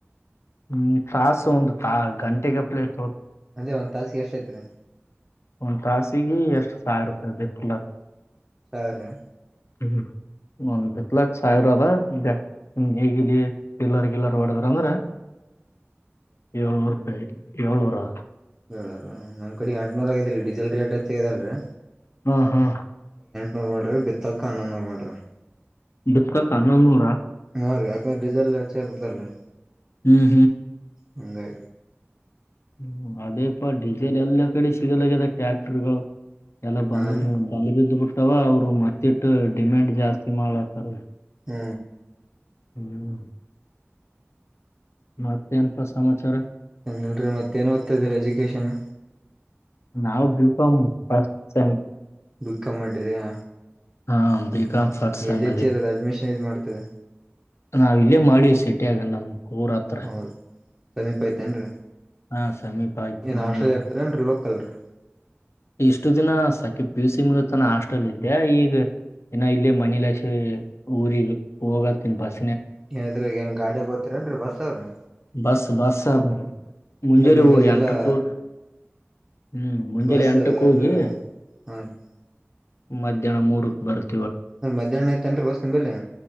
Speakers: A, on the left; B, on the right.
A: ಹ್ಮ್ ಕಾಸು ಒಂದು ತ ಗಂಟೆಗೆ ಪ್ಲೇಟ್
B: ಅದೇ ಒಂದ್ ತಾಸಿಗೆ ಎಷ್ಟ ಐತ್ರಿ?
A: ಒಂದು ತಾಸಿಗೆ ಎಷ್ಟ್ ಸಾವಿರ ರೂಪಾಯಿ ಬಿತ್ತಲಕ್.
B: ಸಾವರೆ?
A: ಹ್ಮ ಬಲ ಸಾಹರಬ ಹ ಗ ಎಲ್ಲರಿಗ ಎಲ್ಲಾರು ಒಡದ್ ಅಂದ್ರೆ ಏೂರು ರೂಪಾಯಿ ಏಳೂರಾ
B: ಏ ನಮ್ ಕಡೆ ಎಂಟನೂರ ಆಗಿದೀ ಡೀಸೆಲ್ ರೇಟ್ ಹೆಚ್ಚದಲ್ರರಿ
A: ಹ್ಮ ಹ್ಮ್
B: ನೋರ್ ಮಾಡ್ರಿ ಬಿತ್ತಕ್ ಅನ್ನ ನೋರ್ ಮಾಡಟ್ರಿ
A: ಬಿಕಾಂ ಹನ್ನೊಂದು ನೂರಾ?
B: ಹಾ ರೀ ಯಾಕಂದ್ರ ರಿಸೆಲ್ಚ್ಬ ಬಿಡ್ತಲ್ರರಿ
A: ಹ್ಮ್
B: ಮುಂದೆ
A: ಹ್ಮ ಅದೇಪಾ ಡೀಸೆಲ್ ಎಲ್ಲ ಕಡೆ ಸಿಗಲಾಗಿದೆ ಟ್ಯಾಕ್ಟರ್ಗಳು ಎಲ್ಲ ಬಂದ್
B: ಹಾ ರೀ
A: ನೀವು ಬಂದ್ ಬಿದ್ದ್ ಬಿಟ್ಟವ ಅವ್ರು ಮತ್ತಿಟ್ಟು ಡಿಮ್ಯಾಂಡ್ ಜಾಸ್ತಿ ಮಾಡ್ಲಾತ್ತಾರ
B: ಹ್ಮ್
A: ಹ್ಮ್ ಮತ್ತೆ ಎಂತ ಸಮಾಚಾರ?
B: ಏನ್ನಲ್ರಿ ಮತ್ತ ಏನ್ ಓ್ರ್ದ್ತ ಇದರಿ ಎಜುಕೇಶನ್.
A: ನಾವು ಬಿ ಕಮ್ ಫಸ್ಟ್ ಸೈಮ್.
B: ಬುಕ್ಕ ಮಾಡಿರಿ ಹ
A: ಹಾ ಬಿಕಾಂ
B: ಹ್ಞೂ ಹ್ಞೂ
A: ಫಸ್ಟ್ ಸೆಮ್
B: ಎಲ್ಲಿ ಹೆಚ್ಚೆ ಇರೋದು ಅಡ್ಮಿಷನ್ ಇದು ಮಾಡ್ತದೆ?
A: ನಾವ ಇಲ್ಲೇ ಮಾಡಿ ಸೆಟಿಯಗ ನಮ್ಮ್ ಊರ ಹತ್ರ.
B: ಹೌದು ಸಮೀಪ ಐತೆೇನ್ರಿ
A: ಹಾ ಸಮೀಪ ಆಯ್ತು
B: ಏನ್ ಹಾಸ್ಟಲ್
A: ಒಂದು
B: ಇರ್ತ್ರ ಏನ್ರೀ ಲೋಕಲ್ ರೀ
A: ಇಷ್ಟು ದಿನ ಸಕೆ ಪಿ ಯು ಸಿ ಮುಗತಾನ ಹಾಸ್ಟೆಲ್ ಇದ್ದೆ ಈಗ ಏನೋ ಇಲ್ಲೇ ಮನಲಸ ಊರಿಗೆ ಹೋಗತ್ತನ್ ಬಸ್,
B: ಏನದ್ರ ಏನ್ ಗಾಡಿ ಬತೀರೇನ್ರರಿ ಬಸ್ ಅವಾವ್ರಿ
A: ಬಸ್ ಬಸ್ ಮುಂಜಲು
B: ಅಂದ್ರೆ ನಿಂಬಲ್ಲಿ
A: ಎಂಟುಕೂ
B: ಎಲ್ಲಾ
A: ಹ್ಮ್ ಮುಂಜಳೆ
B: ಬಸ್
A: ಅಂಟು ಕ ಹೋಗಿ
B: ಅಂದ್ರ ಹಾ ರೀ
A: ಮಧ್ಯಾಹ್ನ ಮೂರಕ್ ಬರುತ್ತ
B: ಅ ಮಧ್ಯಾಹ್ನ ಐತನ್ ಬಸ್ ನಿ ಬಲೆ?